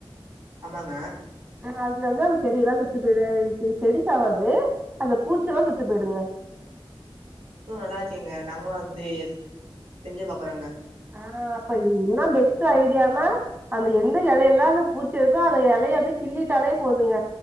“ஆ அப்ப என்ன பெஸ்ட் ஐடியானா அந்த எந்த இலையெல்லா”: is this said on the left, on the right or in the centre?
Right